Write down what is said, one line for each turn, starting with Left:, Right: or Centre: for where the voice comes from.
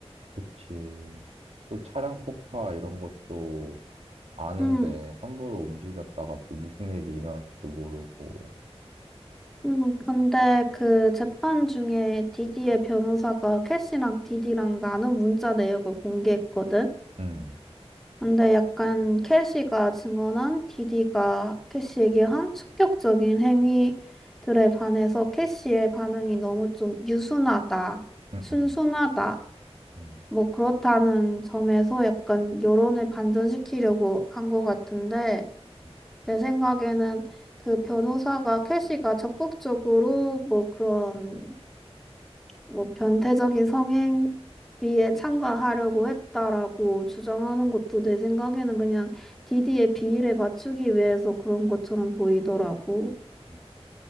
Right: 그치. 또 차량 폭파 이런 것도 아는데
Centre: 음,
Right: 함부로 움직였다가 또 무슨 일이 일어날지도 모르고.
Centre: 음, 근데 그 재판 중에 디디의 변호사가 캐시랑 디디랑 나눈 문자 내역을 공개했거든?
Right: 음,
Centre: 근데 약간 캐시가 증언한 디디가 캐시에게 한 충격적인 행위들에 반해서 캐시의 반응이 너무 좀 유순하다,
Right: 음,
Centre: 순순하다,
Right: 음, 음,
Centre: 뭐 그렇다는 점에서 약간 여론을 반전시키려고 한 것 같은데,
Right: 음,
Centre: 내 생각에는 그 변호사가 캐시가 적극적으로 뭐 그런 뭐 변태적인 성행위에 참가하려고
Right: 음.
Centre: 했다라고 주장하는 것도 내 생각에는 그냥 디디의 비위를 맞추기 위해서 그런 것처럼 보이더라고.
Right: 음.